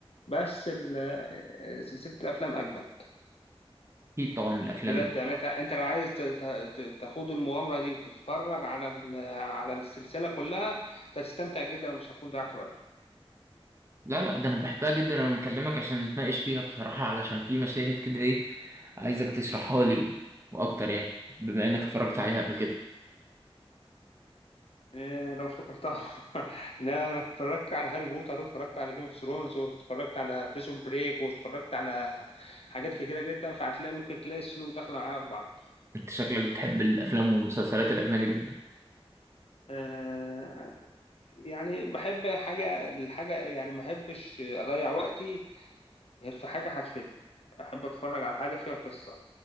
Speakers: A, on the left; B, on the right.
A: بس ال- سلسلة الأفلام أجمل
B: اكيد طبعا الافلام
A: بجد أنت أنت لو عايز ت- ت- ت- تخوض المغامرة دي وتتفرج على على السلسلة كلها تستمتع جدا ومش هتكون ضيعت وقت
B: لا لا ده انا بحبها جدا انا مكلمك عشان نتناقش فيها بصراحة علشان في مشاهد كده ايه عايزك تشرحها لي و... واكتر يعني بما انك اتفرجت عليها قبل كده
A: إيه، لو افتكرتها <laughs> إن أنا اتفرجت على هاري بوتر واتفرجت على جيم اوف ثرونز واتفرجت على بريزون بريك واتفرجت على حاجات كتيرة جدا فهتلاقي ممكن تلاقي السلوك داخلة معايا في بعض
B: انت شكلك بتحب الافلام والمسلسلات الاجنبي جدا
A: آه، يعني بحب حاجة الحاجة يعني ما أحبش أضيع وقتي غير في حاجة هتفيدني أحب أتفرج على حاجة فيها قصة